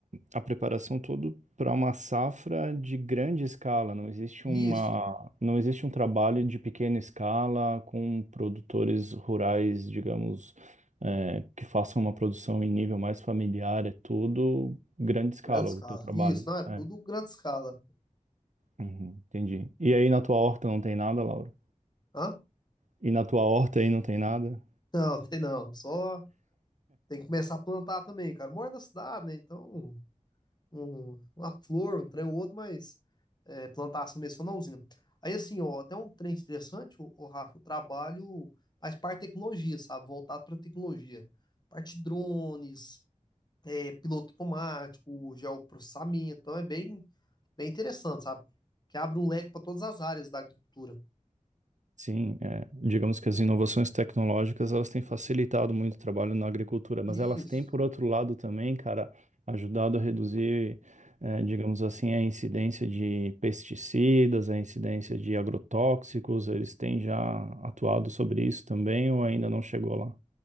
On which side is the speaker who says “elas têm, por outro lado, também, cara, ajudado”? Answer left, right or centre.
Right